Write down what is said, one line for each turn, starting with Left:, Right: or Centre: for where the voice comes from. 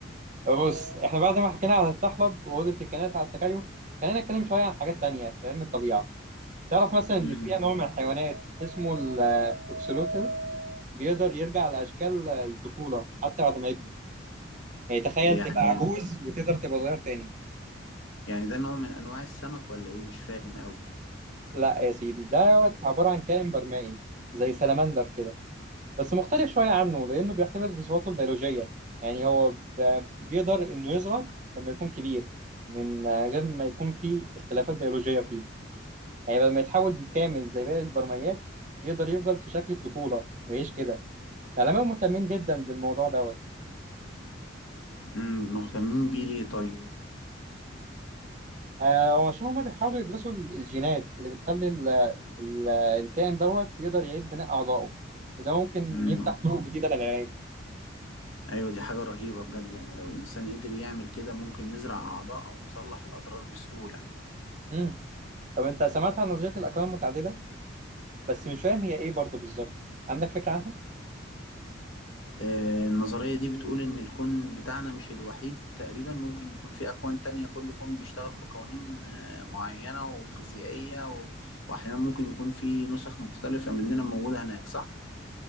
Right: بص احنا بعد ما حكينا على الطحلب واوضه الكائنات على التكيف خلينا نتكلم شويه عن حاجات تانية في علم الطبيعه تعرف مثلا ان
Left: امم
Right: في نوع من الحيوانات اسمه الاكسلوتل بيقدر يرجع لاشكال الطفوله حتى بعد ما يكبر يعني تخيل
Left: يعني
Right: تبقى عجوز وتقدر تبقى صغير تاني
Left: يعني ده نوع من انواع السمك ولا ايه مش فاهم قوي
Right: لا يا سيدي ده عباره عن كائن برمائي زي سلمندر كده بس مختلف شوية عنه لأنه بيحتفظ بصفاته البيولوجية يعني هو ب- بيقدر إنه يصغر لما يكون كبير من غير ما يكون فيه اختلافات بيولوجية فيه يعني بدل ما يتحول بالكامل زي باقي البرميات يقدر يفضل في شكل الطفولة ويعيش كده العلماء مهتمين جدا بالموضوع دوت
Left: امم مهتمين بيه ليه طيب
Right: آه وعشان هما بيحاولوا يدرسوا ال- الجينات اللي بتخلي ال ال الكائن دوت يقدر يعيد بناء أعضائه وده ممكن
Left: امم
Right: يفتح طرق جديدة للعلاج
Left: ايوه دي حاجة رهيبة بجد يعني لو الانسان قدر يعمل كده ممكن نزرع اعضاء او نصلح الاضرار بسهولة
Right: مم. طب أنت سمعت عن نظرية الأكوان المتعددة؟ بس مش فاهم هي ايه برضه بالظبط عندك فكرة عنها؟
Left: آه، النظرية دي بتقول إن الكون بتاعنا مش الوحيد تقريبا ممكن يكون في أكوان تانية كل كون بيشتغل بقوانين آه، معينة وفيزيائية و... وأحيانا ممكن يكون في نسخ مختلفة مننا موجودة هناك صح؟